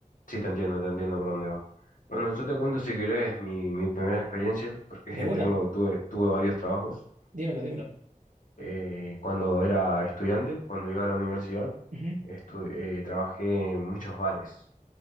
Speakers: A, on the left (about 70°); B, on the right (about 70°).
A: sí, te entiendo, te entiendo por dónde va. Bueno, yo te cuento si querés mi, mi primera experiencia, porque
B: de
A: <laughs>
B: una.
A: tengo, tuve, tuve varios trabajos.
B: Dímelo, dímelo.
A: Eh, cuando era estudiante, cuando iba a la universidad,
B: Ujú.
A: estu- eh, trabajé en muchos bares.